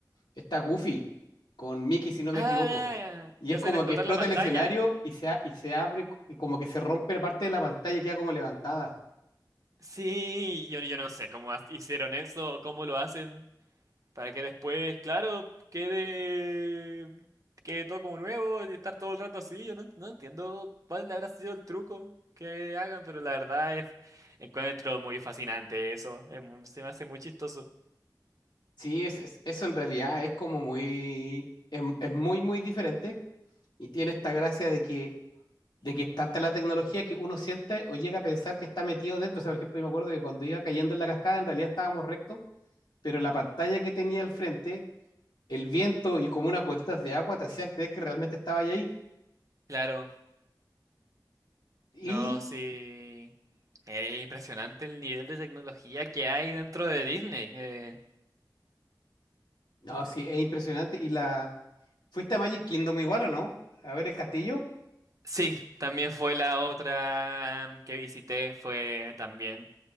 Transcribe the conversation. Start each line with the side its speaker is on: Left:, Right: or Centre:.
Left: está Goofy con Mickey, si no me
Right: Ah,
Left: equivoco. Y
Right: ya
Left: es
Right: hacen
Left: como
Right: explotar
Left: que explota
Right: la pantalla.
Left: el escenario y se, a- y se abre, y como que se rompe la parte de la pantalla y queda como levantada.
Right: Sí, yo, yo no sé cómo ha- hicieron eso, cómo lo hacen. Para que después, claro, quede, quede todo como nuevo y estar todo el rato así. Yo no, no entiendo cuál habrá sido el truco que hagan, pero la verdad es, encuentro muy fascinante eso. Es mu- se me hace muy chistoso.
Left: Sí, es, es- eso en realidad es como muy, es, es muy, muy diferente y tiene esta gracia de que, de que es tanta la tecnología que uno siente o llega a pensar que está metido dentro. O sea, por ejemplo, yo me acuerdo que cuando iba cayendo en la cascada, en realidad estábamos rectos, pero la pantalla que tenía al frente, el viento y como unas gotitas de agua te hacían creer que realmente estaba ahí.
Right: Claro,
Left: Y,
Right: no, sí. Es impresionante el nivel de tecnología que hay dentro de Disney. eh.
Left: no, sí, es impresionante. Y la, ¿fuiste a Magic Kingdom igual o no? A ver el castillo.
Right: sí, también fue la otra mm, que visité, fue también